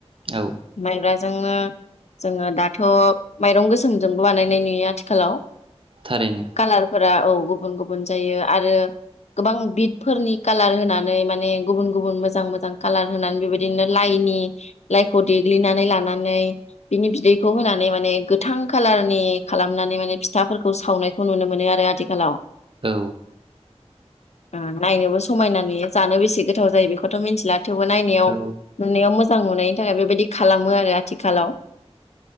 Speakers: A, on the right; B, on the left.
A: औ
B: माइब्रा जोंनो जोङो दाथ माइरं गोसोमजोंबो बानायनाय नुयो आथिखालाव।
A: थारैनो
B: कालारफोरा औ गुबुन गुबुन जायो आरो गोबां बिद फोरनि कालार होनानै माने गुबुन गुबुन मोजां मोजां कालार होनानै बेबायदिनो लाइनि लाइखौ देग्लिनानै लानानै बिनि बिदैखौ होनानै माने गोथां कालारनि खालामनानै माने फिथाफोरखौ सावनाय खौ नुनो मोनो आरो आथिखालाव।
A: औ।
B: ओ नायनोबो समायना नुयो जानोबो बेसे गोथाव जायो बेखौथ मिथिला थेवबो नायाव
A: औ
B: नुनायाव मो जां नुनायनि थाखाय बेबायदि खालामो आरो आथिखालाव।